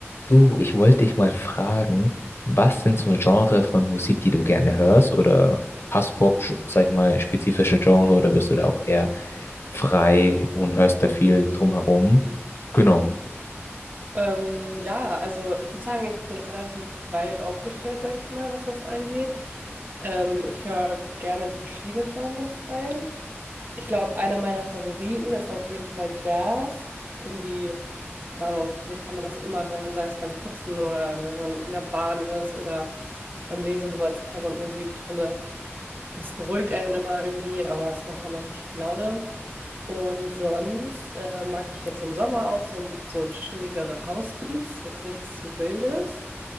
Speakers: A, on the left; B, on the right.
A: Du, ich wollte dich mal fragen, was sind so Genre von Musik, die du gerne hörst? Oder hast du Pop, sch- sag ich mal, spezifische Genre oder bist du da auch eher frei und hörst da viel drumherum? Genau.
B: Ähm, ja, also ich würde sagen, ich bin relativ breit aufgestellt, sag ich mal, was das angeht. Ähm, ich höre gerne in verschiedene Genres rein. Ich glaube, einer meiner Favoriten ist auf jeden Fall Jazz. Irgendwie, keine Ahnung, vielleicht kann man das immer hören, sei es beim Putzen oder wenn man in der Bahn ist oder beim Lesen so als Hintergrundmusik. Ich finde, das beruhigt einen immer irgendwie, aber es macht auch immer richtig viel Laune. Und sonst äh, mag ich jetzt im Sommer auch so, so chilligere Housebeats, jetzt nichts zu Wildes.